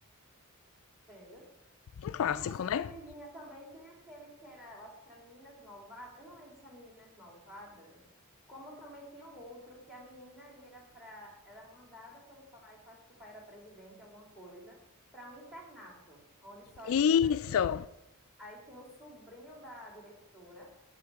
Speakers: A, in the centre; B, on the left.
A: Entendeu?
B: Um clássico,
A: Nessa
B: né?
A: vibezinha também tem aquele que era, eu acho que era Meninas Malvadas, eu não lembro se é Meninas Malvadas, como também tinha um outro que a menina ia para, era mandada pelo pai, que eu acho que o pai era presidente, alguma coisa, para um internato, onde só
B: Isso!
A: estuda meninas. Aí tem o sobrinho da diretora,